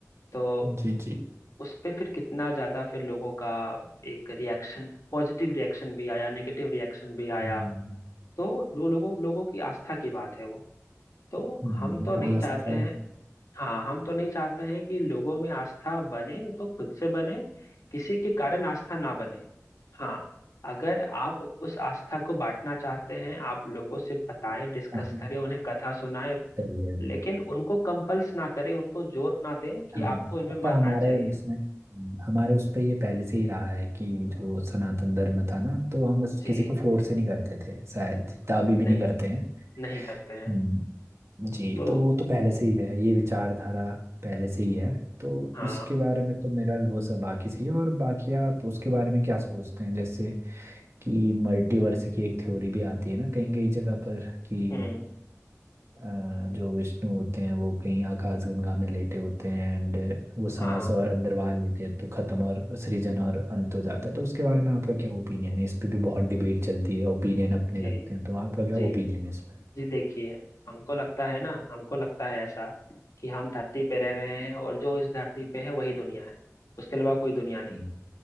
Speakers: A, on the left (about 80°); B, on the right (about 55°).
A: तो
B: जी जी
A: उस पे फिर कितना ज्यादा फिर लोगों का एक रिएक्शन पॉजिटिव रिएक्शन भी आया नेगेटिव रिएक्शन भी आया
B: हम्म,
A: तो वो लोगों लोगों की आस्था की बात है वो तो
B: हम्म,
A: हम
B: मतलब
A: तो नहीं
B: आस्था
A: चाहते हैं हाँ हम तो नहीं चाहते हैं कि लोगों में आस्था बने तो खुद से बने किसी के कारण आस्था ना बने हाँ अगर आप उस आस्था को बांटना चाहते हैं आप लोगों से बताएं डिस्कस
B: <laughs>
A: करें उन्हें कथा सुनाएं
B: सही है
A: लेकिन उनको कंपल्स ना करें उनको जोर ना दें कि
B: हाँ
A: आपको इनमें
B: मतलब
A: मानना
B: हमारे
A: चाहिए
B: उसमें हम्म, हमारे उस पे ये पहले से ही रहा है कि जो सनातन धर्म था ना तो हम इस-
A: जी
B: किसी को फोर्स से नहीं करते थे शायद जितना अभी भी
A: नहीं
B: नहीं करते हैं
A: नहीं करते हैं
B: हम्म, जी
A: तो
B: तो वो तो पहले से ही है ये विचारधारा पहले से ही है तो
A: हाँ
B: इसके बारे में तो मेरा वो सब बाकी सही है और बाकी आप उसके बारे में क्या सोचते हैं जैसे कि मल्टीवर्स की एक थ्योरी भी आती है ना कहीं कहीं जगह पर कि
A: हम्म
B: अ, जो विष्णु होते हैं वो कहीं आकाशगंगा में लेटे होते हैं एंड वो सांस
A: हाँ
B: और अंदर बाहर लेते हैं तो खत्म और सृजन और अंत हो जाता है तो उसके बारे में आपका क्या ओपिनियन है इस पे भी बहुत डिबेट चलती है ओपिनियन अपने
A: जी
B: रखते हैं तो आपका क्या
A: जी
B: ओपिनियन है इस पे
A: जी देखिए हमको लगता है ना हमको लगता है ऐसा कि हम धरती पे रह रहे हैं और जो इस धरती पे है वही दुनिया है उसके अलावा कोई दुनिया
B: हम्म,
A: नहीं